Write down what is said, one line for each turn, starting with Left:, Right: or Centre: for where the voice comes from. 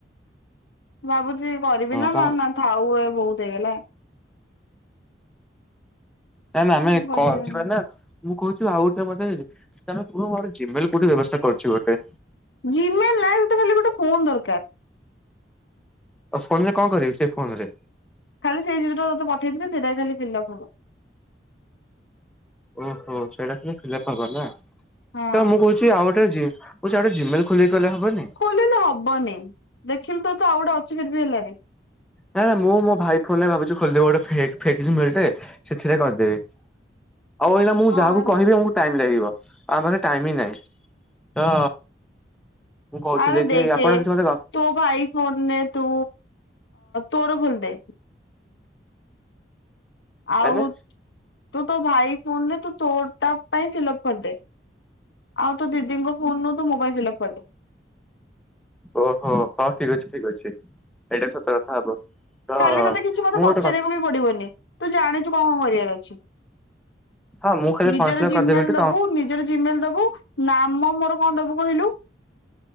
Left: ମୁଁ ଭାବୁଚି କରିବି
Centre: ହଁ
Left: ନା
Centre: ତମ
Left: ନା ନା ଥାଉ ଏ ବୋହୁତ୍ ହେଇଗଲା।
Centre: ନା ନା ଆମେ
Left: କଣ କରିବି
Centre: କରିବା ନା। ମୁଁ କହୁଚି ଆଉ ଗୋଟେ ମତେ, ତା ମାନେ ତୁ ମୋର ଜିମେଲ୍ କୋଉଠି ବ୍ୟବସ୍ଥା କରୁଚି ଗୋଟେ।
Left: ଜିମେଲ୍ ନାଇଁ ତତେ ଖାଲି ଗୋଟେ ଫୋନ୍ ଦରକାର୍।
Centre: ଆଉ ଫୋନ୍ ରେ କଣ କରିବି, ସେ ଫୋନ୍ ରେ?
Left: ଖାଲି ସେଇ ଯୋଉ ଟା ତତେ ପଠେଇଥିଲି ସେଇଟା ଖାଲି ଫିଲ୍ ଅପ୍ ହବ।
Centre: ଓହୋ ସେଇଟା ଖାଲି ଫିଲପ୍ ହବ ନା?
Left: ହଁ
Centre: ତ ମୁଁ କହୁ ଚି ଆଉ ଗୋଟେ ଅଛି, ମୁଁ ସେଇଟା ଗୋଟେ ଜିମେଲ୍ ଖୋଲିକି କଲେ ହବନି?
Left: ଖୋଲିଲେ ହବନି। ଦେଖିଲୁ ତ ତ ଆଉ ଗୋଟେ ଅଛି ଫିର୍ ବି ହେଲାନି।
Centre: ନା ନା ମୁଁ ମୋ ଭାଇ ଫୋନ୍ ରେ ଭାବୁଛି ଖୋଲିଦେବି ଗୋଟେ ଫେ- ଫେକ୍ ଜିମେଲ୍ ଟେ ସେଥିରେ କରିଦେବି। ଆଉ ଏଇନା ମୁଁ ଯାହାକୁ
Left: ଆରେ
Centre: କହିବି ମୁ ଟାଇମ୍ ଲାଗିବ। ଆ ଆମ ପାଖେ ଟାଇମ୍ ହିଁ ନାହିଁ। ତ ମୁଁ କହୁଥିଲି
Left: ଆରେ ଦେଖେ
Centre: କି ଆପଣ କିଛି ମତେ କ
Left: ତୋ ଭାଇ ଫୋନ୍ ରେ ତୁ ତୋର ଖୋଲି ଦେ। ଆଉ
Centre: ମାନେ
Left: ତୁ ତୋ ଭାଇ ଫୋନରେ ତୁ ତୋଟା ପାଇଁ ଫିଲ ଅପ୍ କରିଦେ। ଆଉ ତ ଦି ଦିଦି ଙ୍କ ଫୋନ୍ ରୁ ତୁ ମୋ ପାଇଁ ଫିଲପ୍ କରିଦେ।
Centre: ଓହୋ। ହଁ ଠିକ୍ ଅଛି, ଠିକ୍ ଅଛି ଏଇଟା ବି ସତ କଥା ହବ। ତ
Left: କାଲି ତତେ କିଛି ମତେ
Centre: ମୁଁ
Left: ପଚାରିବାକୁ
Centre: ଗୋଟେ କଥା
Left: ବି ପଡିବନି, ତୁ ଜାଣିଛୁ କଣ କରିବାର ଅଛି।
Centre: ହଁ ମୁଁ ଖାଲି
Left: ନିଜର
Centre: ଫର୍ମ ଫିଲପ
Left: ଜିମେଲ୍
Centre: କରିଦେବି ଏଠୁ
Left: ଦବୁ,
Centre: ତ
Left: ନିଜର ଜିମେଲ୍ ଦବୁ। ନାମ ମୋର କଣ ଦବୁ କହିଲୁ?